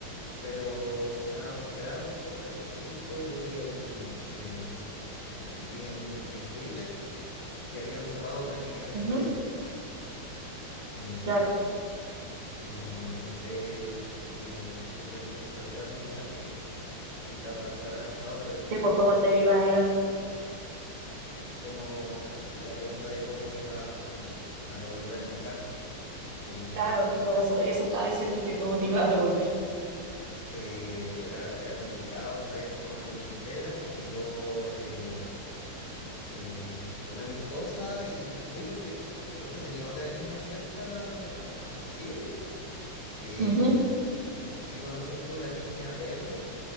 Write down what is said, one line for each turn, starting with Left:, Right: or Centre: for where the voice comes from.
Left: pero estábamos esperando un poco, eran las cinco yo vi el eh, eh, vi en, en Twitter que habían cerrado una línea completa.
Right: ujú,
Left: Eh,
Right: claro.
Left: no, no sé si me comprendí la situación, o sea, si, si te, ha pa- se habrá pasado, pero el,
Right: Sí,
Left: eh,
Right: pues cómo te iba a ir a...
Left: cómo- la pregunta de cómo iba a devolverme a casa. Si
Right: Claro, claro, eso, eso estaba diciendo que cómo te iba a devolver.
Left: eh, era, era complicado, habían cerrado una línea entera, así que yo eh, eh, tomé mis cosas y me fui porque t- por suerte tenía otra línea cerca, accesible. Eh,
Right: Ujú,
Left: no sé si conoces tú la línea verde